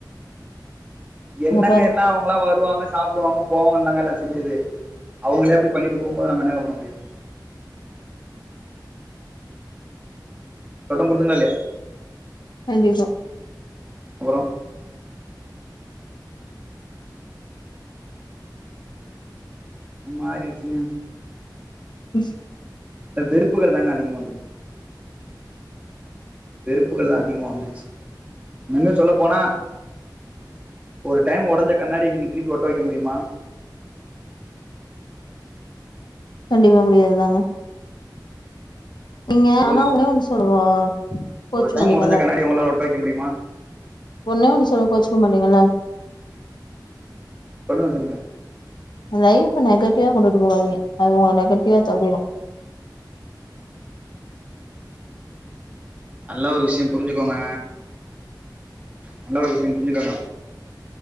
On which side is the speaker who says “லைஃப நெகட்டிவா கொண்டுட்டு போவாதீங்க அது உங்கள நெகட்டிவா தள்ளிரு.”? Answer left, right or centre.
Left